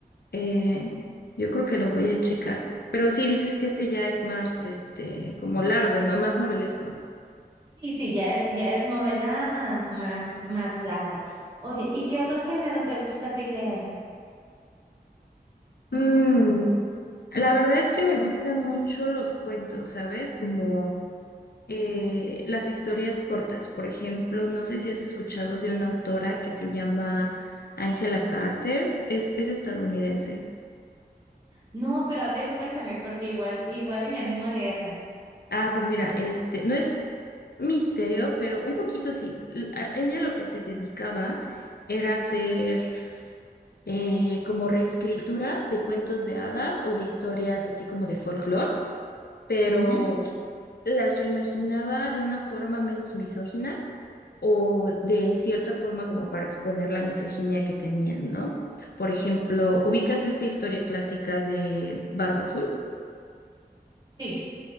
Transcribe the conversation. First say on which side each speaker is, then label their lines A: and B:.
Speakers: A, on the left (about 70°); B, on the right (about 25°).
A: Eh, yo creo que lo voy a checar. Pero sí dices que este ya es más, este, como largo, ¿no? Más novelesco.
B: Sí, sí, ya es, ya es novela más, más larga. Oye, ¿y qué otro género te gusta a ti leer?
A: Mm, La verdad es que me gustan mucho los cuentos, ¿sabes? Como eh, las historias cortas. Por ejemplo, no sé si has escuchado de una autora que se llama Angela Carter. Es, es estadounidense.
B: No, pero a ver, cuéntame, porque igual, igual y me animo a leerla.
A: Ah, pues mira, este, no es misterio, pero un poquito sí. L- a ella lo que se dedicaba era hacer eh, como reescrituras de cuentos de hadas o de historias así como de folclore, pero
B: Ujú,
A: las reimaginaba de una forma menos misógina o de cierta forma como para exponer la misoginia que tenían, ¿no? Por ejemplo, ubicas esta historia clásica de Barba Azul.
B: Sí.